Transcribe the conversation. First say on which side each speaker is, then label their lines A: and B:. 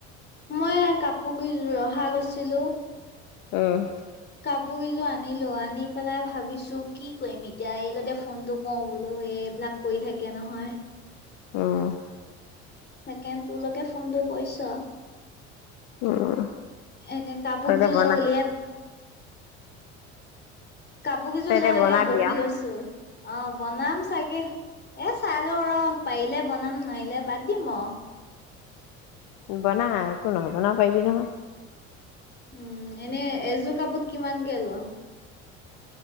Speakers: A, on the left; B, on the left.
A: মই কাপোৰ ৰহা গৈছিলো
B: অ'
A: কাপোৰ কিইযোৰ আনিলো আনি পেলাই ভাবিছো কি কৰিম এতিয়া, এইলৈকে ফোনটো কও বোলো এই এইবিলাক কৰি থাকে নহয়।
B: অ'
A: তাকে তোলৈকে ফোনটো কৰিছো আও
B: উম
A: এনে কাপোৰ
B: তই এতিয়া
A: কিযো
B: বনা
A: লৈ ওলিয়াই কাপোৰ কিযোৰ
B: তই এতিয়া
A: লৈ উলিয়াই
B: বনাবি
A: বহি
B: আও
A: লৈছো অ বনাম চাগে, এ চাই লও ৰহ পাৰিলে বনাম নোৱাৰিলে বাদ দিম অ
B: বনা একো নহয়, বনাব পাৰিবি নহয়
A: উম এনে এযো কাপত কিমানকে ল'?